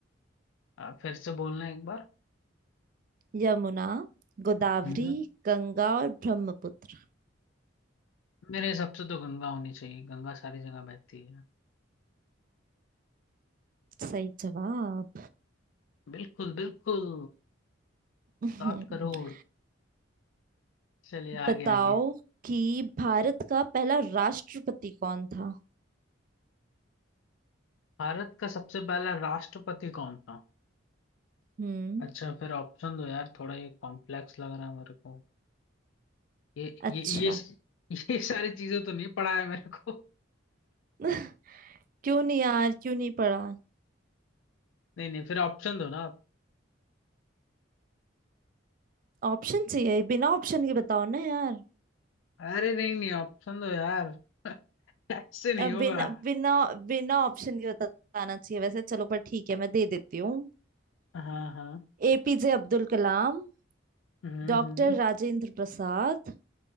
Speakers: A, on the left (about 75°); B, on the right (about 45°).
A: आप फिर से बोलना एक बार
B: यमुना गोदावरी
A: हम्म।
B: गंगा और ब्रह्मपुत्र
A: मेरे हिसाब से तो गंगा होनी चाहिए गंगा सारी जगह बहती है
B: सही जवाब
A: बिल्कुल बिल्कुल
B: <laughs>
A: सात करोड़ चलिए
B: बताओ
A: आगे आगे
B: कि भारत का पहला राष्ट्रपति कौन था
A: भारत का सबसे पहला राष्ट्रपति कौन था
B: हम्म
A: अच्छा फिर ऑप्शन दो यार थोड़ा ये कॉम्प्लेक्स लग रहा है मेरे को ये
B: अच्छा
A: ये ये ये सारी चीजें तो नहीं पढ़ा है मेरे को
B: <laughs> क्यों नहीं यार क्यों नहीं पढ़ा
A: नहीं नहीं फिर ऑप्शन दो ना आप
B: ऑप्शन चाहिए बिना ऑप्शन के बताओ ना यार
A: अरे नहीं नहीं ऑप्शन दो यार <laughs> ऐसे नहीं
B: अब
A: होगा
B: बिना बिना बिना ऑप्शन के बताना चाहिए वैसे चलो पर ठीक है मैं दे देती हूँ
A: हाँ हाँ
B: एपीजे अब्दुल कलाम
A: हम्म
B: डॉक्टर
A: हम्म
B: राजेंद्र प्रसाद